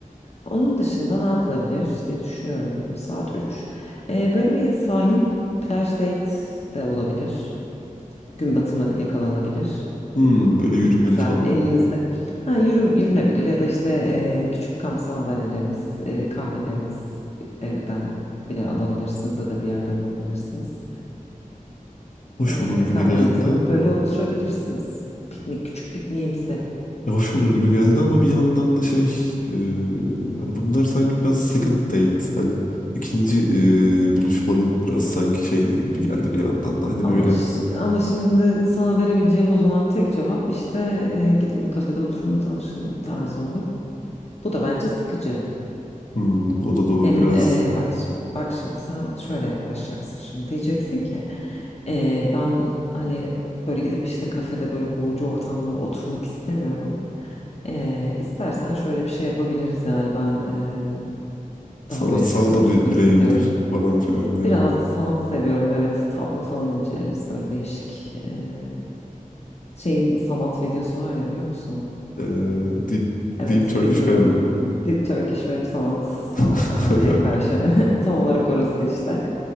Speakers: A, on the left; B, on the left.
A: Onun dışında ne yapılabilir diye düşünüyorum. Saat 3. Eee, böyle bir sahil plaj date de olabilir. Gün batımı yakalanabilir.
B: Hmm, böyle yürümeli
A: güzel
B: falan.
A: elinizde. Ha yürüm yürünebilir ya da işte e, küçük kamp sandalyeleriniz, e, kahveleriniz evden bile alabilirsiniz ya da bir yerden alabilirsiniz.
B: Hoş
A: E,
B: olur gibi
A: kahvelerinizi
B: geldi.
A: alıp böyle oturabilirsiniz. Piknik küçük pikniğimsi.
B: Ya hoş olur gibi geldi ama bir yandan da şey e, hani bunlar sanki biraz second date. Hani ikinci e, buluşmanın biraz sanki şeyleri gibi
A: Hmm.
B: geldi bir yandan da. Hani
A: Ama
B: böyle
A: ş- ama şimdi sana verebileceğim o zaman tek cevap işte e, gidin bir kafede oturun tanışın tarzı olur. Bu da bence sıkıcı.
B: hmm, o da doğru
A: Hem
B: biraz
A: e, bak şimdi, bak şimdi sen şöyle yaklaşacaksın şimdi diyeceksin ki e, ben hani böyle gidip işte kafede böyle boğucu ortamda oturmak istemiyorum. E, istersen şöyle bir şey yapabiliriz yani ben e,
B: sanatsal
A: daha böyle ferah
B: da
A: oturmak
B: bir bireyimdir
A: istiyorum.
B: falan filan diye
A: Biraz da sanat seviyorum evet tablo falan inceleriz böyle değişik e, şeyin sanat videosu var ya biliyor musun? onu?
B: Ee, Deep,
A: Evet,
B: Deep Turkish
A: bildin
B: Weapon
A: onu.
B: mı?
A: Deep Turkish Web Sanat, sanat
B: <laughs>
A: aynaya karşı <laughs> tam olarak orası işte.